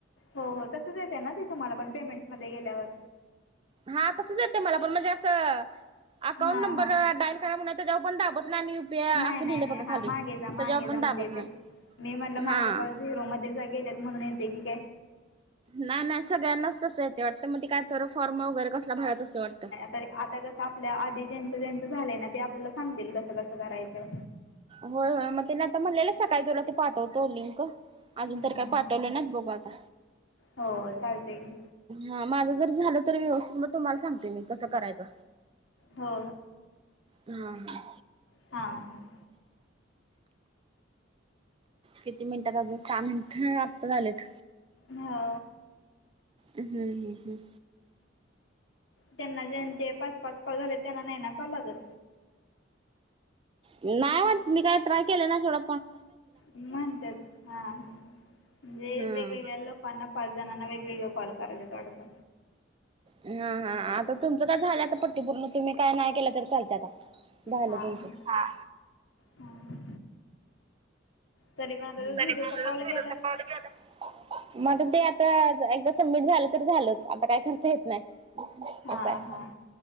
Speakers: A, on the left; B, on the right.
A: हो हो तसंच येते ना, ते तुम्हाला पण पेमेंट् मध्ये गेल्यावर.
B: हा तसंच येतय मला पण, म्हणजे असं अकाउंट
A: हां
B: नंबर
A: हां
B: डायल करा म्हणतं. तजाव कोण दाबत नाही आणि युपीआय
A: नाही
B: असं
A: नाही
B: लिहिलंय
A: नाही,
B: बघा
A: हा
B: खाली.
A: मागे जा मागे
B: त्याच्यावर पण
A: जा
B: दाबत
A: मध्ये,
B: नाही.
A: ते मी म्हटलं माझं
B: हा.
A: कॉल झीरो मध्ये घेत्यात म्हणुन येतय की.
B: नाही नाही सगळ्यांनाच तसं येतय वाटतं, मग ते काय तर फॉर्म वगैरे कसला भरायच असतो वाटतं.
A: तर आता कसं आपल्या आधी ज्यांचं ज्यांचं झालंय ना, ते आपल्याला सांगतील कसं कसं करायचंय.
B: होय होय, मग त्याने आता म्हणलेलं सकाळी तुला ते पाठवतो लिंक. अजून
A: हं,
B: तर काय पाठवले
A: हं.
B: नाहीत, बघू आता.
A: हो चालतंय की.
B: हा माझं जर झालं तर व्यवस्थित तर मग तुम्हाला सांगते मी कसं करायचं.
A: हो.
B: हा हा.
A: हां.
B: किती मिनिटात हायत आजून सहा मिनिट्त आता झालेत.
A: हा.
B: हम्म हम् हम्.
A: त्यांना ज्यांचे पाच पाच कॉल झालेत, त्यांना नाही ना कॉल लागत.
B: नाही वाटतं मी काय ट्राय केलं ना सोडा.
A: म्हणत्यात, हा हा म्हणजे
B: हा
A: वेगवेगळ्या लोक ना पाच जणांना वेगवेगळ कॉल करायंच वाटतं.
B: हा हा आता तुमचं काय झालं आता पट्टी पूर्ण तुम्ही काय नाही केलं तररी चालत आता. झालं
A: हां
B: तुमच
A: हां
B: हा
A: हां तरी पण आता झिरोचा
B: तरी मझच
A: कॉल
B: विरद्ध
A: गेला आहे
B: पावड्या गेलाय मग ते आता एकदा सबमिट झाल तरी झालच आता काय करता येत नाही
A: हां
B: असये
A: हां